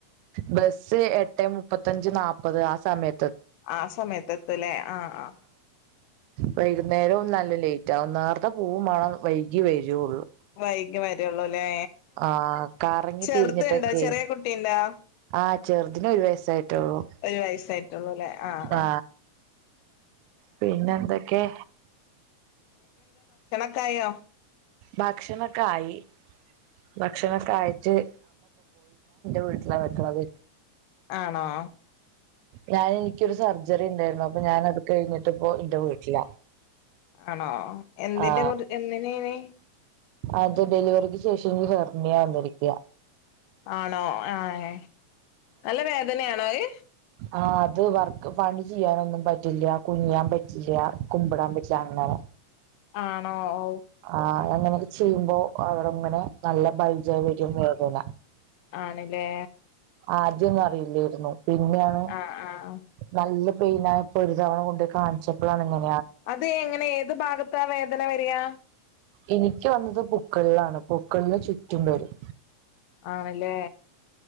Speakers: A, on the right; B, on the left.
A: ബസ്സ് ഏട്ടേ മുപ്പത്തഞ്ച് നാല്പത് ആ സമയ
B: ആ സമയത്ത് എത്തും ല്ലേ ആ ആ
A: വൈകുന്നേരം നല്ല ലേറ്റാവും നാ നേരത്തെ പോകുവേം വേണം വൈകിയേ വരുള്ളൂ
B: വൈകി വരൂള്ളൂ അ ല്ലേ
A: ആഹ് കറങ്ങി
B: ചെറുത്‌
A: തിരിഞ്ഞിട്ടൊക്കെ
B: ഉണ്ടോ ചെറിയ കുട്ടി ഉണ്ടോ
A: ആഹ് ചെറുതിന് ഒരു വയസായി ട്ടേയുള്ളു
B: വയസായിട്ടുള്ളൂല്ലേ ആഹ്
A: ആ പിന്നെ എന്തൊക്കെ
B: ഒക്കായോ
A: ഭക്ഷണം ഒക്കെ ആയി ഇന്റെ വീട്ടിലാ നിക്കണത്
B: ആണോ
A: രാവിലെനിക്കൊരു സർ സർജറിണ്ടായിരുന്നു അപ്പൊ ഞാനത് കയ്ഞ്ഞിട്ടിപ്പോ ഇന്റെ വീട്ടിലാ
B: ആണോ എന്തിന്റെ
A: ആ
B: കുറി എന്തിനേനി
A: അത്‌ ഡെലിവറിക്ക്‌ ശേഷം എനിക്ക് ഹെർമിയ വന്നിരിക്കാ
B: ആണോ ആ ഏ നല്ല വേദനയാണോ അത്
A: ആ അത് വർക്ക്‌ പണി ചെയ്യാനൊന്നും പറ്റില്ല കുനിയാൻ പറ്റില്ല കുമ്പിടാനും പറ്റില്ല അങ്ങനെ
B: ആണോ ഔ
A: ആ അങ്ങനെക്കെ ചെയ്യുമ്പോ അവ്ടെങ്ങനെ നല്ല ബൽജിആയി വരും വേദന
B: ആണ് ലേ
A: ആദ്യൊന്നും അറിയില്ലേര്ന്നു പിന്നെയാണ്
B: ആഹ് ആഹ്
A: നല്ല പൈൻ ആയപ്പോ ഒരു തവണ കൊണ്ടോയി കാണിച്ചപ്പോളാണ് ഇങ്ങനെ
B: അത് എങ്ങനെ ഏത് ഭാഗത്താ വേദന വരാ
A: ഇനിക്ക് വന്നത് പുക്ക്ള്ളാണ് പുക്ക്ൾന് ചുറ്റും വരും
B: ആണ് ല്ലേ